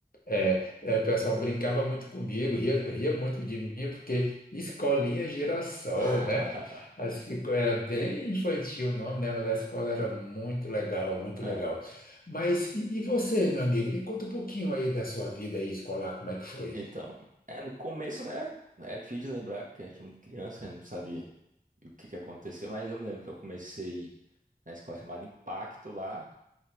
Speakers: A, on the left; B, on the right.
A: É, é, o pessoal brincava muito comigo, ria, ria muito de mim, porque escolinha é girassol,
B: <laughs>
A: né? Assim, era bem infantil o nome, né? Mas a escola era muito legal, muito
B: É,
A: legal. Mas e, e você, meu amigo? Me conta um pouquinho aí da sua vida aí escolar, como é que foi?
B: Então, é, no começo, né? É difícil de lembrar, porque a gente é muito criança, eu não sabe o que que aconteceu, mas eu me lembro que eu comecei na escola chamada Impacto lá.